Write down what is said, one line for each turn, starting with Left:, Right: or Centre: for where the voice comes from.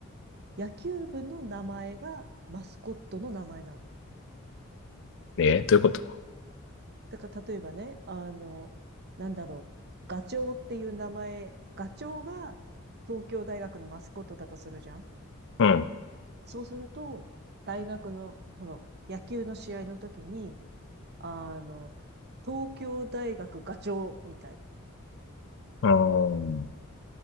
Right: 野球部の名前がマスコットの名前なの。
Left: ねどういうこと
Right: だから例えばね、あの、なんだろう、ガチョウっていう名前、ガチョウが東京大学のマスコットだとするじゃん。
Left: うん。
Right: そうすると、大学の、この野球の試合の時に、あの、東京大学ガチョウみたい。
Left: あー